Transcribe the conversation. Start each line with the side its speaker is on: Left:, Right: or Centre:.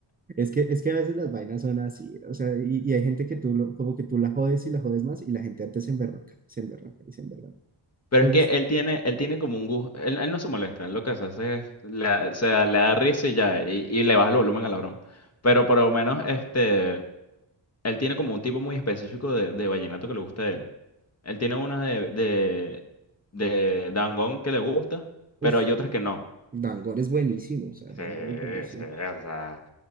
Right: Es que, es que a veces las vainas son así, o sea, y, y hay gente que tú, lo- como que tú la jodes y la jodes más, y la gente antes se emberraca, se emberraca y se emberraca.
Left: Pero
Right: Entonces,
Left: es que él tiene, él tiene como un gusto, él, él no se molesta, él lo que hace es, le, da- se da- le da risa y ya, y, y le baja el volumen a la broma. Pero por lo menos, este, él tiene como un tipo muy específico de, de vallenato que le gusta a él. Él tiene unas de, de, de Dangond que le gusta,
Right: uff,
Left: pero hay otras que no.
Right: Dangor es buenísimo, o sea, Dangor
Left: Sí,
Right: es buenísimo.
Left: sí, o sea.